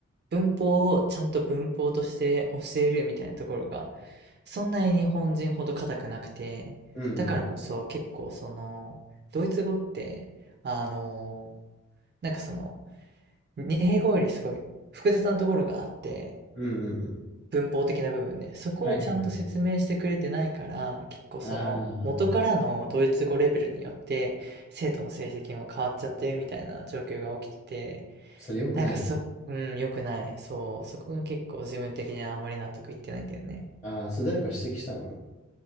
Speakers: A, on the right; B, on the left.
A: 文法をちゃんと文法として教えるみたいなところが、そんなに日本人ほど硬くなくて、
B: うんうん。
A: だからこそ結構その、ドイツ語って、あの、なんかその、に英語よりすごい複雑なところがあって、
B: うんうんうん。
A: 文法的な部分で、そこをちゃんと説明してくれてないから、
B: はいはいはい。
A: 結構その元からのドイツ語レベルによって生徒の成績も変わっちゃってるみたいな状況が起きてて、
B: ああ、それ良くないね。
A: なんかそ、うん、良くない。そう、そこが結構自分的にはあんまり納得いってないんだよね。
B: ああ、それ誰か指摘したの